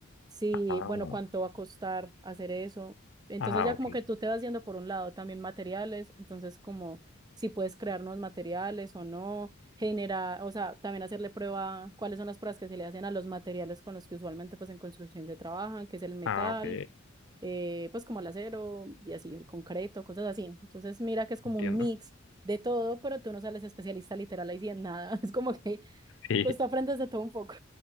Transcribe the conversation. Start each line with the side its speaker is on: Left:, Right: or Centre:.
Right: Sí,
Left: Ah,
Right: bueno, ¿cuánto va a costar hacer eso? Entonces
Left: ah,
Right: ya
Left: ok.
Right: como que tú te vas yendo por un lado también materiales, entonces como si puedes crear nuevos materiales o no, generar, o sea, también hacerle prueba cuáles son las pruebas que se le hacen a los materiales con los que usualmente pues en construcción se trabajan, que es el metal,
Left: Ah, ok.
Right: eh, pues como el acero y así, el concreto, cosas así. Entonces mira que es como
Left: Entiendo.
Right: un mix
Left: <laughs>
Right: de todo, pero tú no sales especialista literal ahí sí en nada, <laughs> es como que
Left: Sí,
Right: pues tú aprendes de todo un poco.